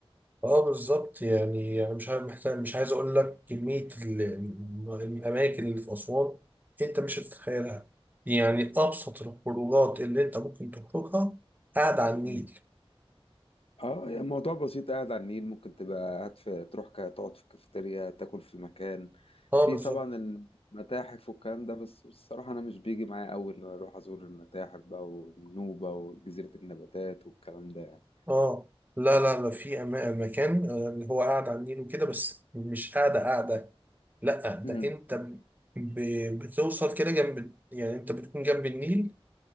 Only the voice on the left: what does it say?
مم. اه يعني الموضوع بسيط قاعد على النيل ممكن تبقى قاعد في تروح كا- تقعد في الكافيتيريا تاكل في مكان
في
طبعا المتاحف والكلام ده بس الصراحة أنا مش بيجي معايا أوي إن أنا أروح أزور المتاحف بقى والنوبة وجزيرة النباتات والكلام ده يعني
امم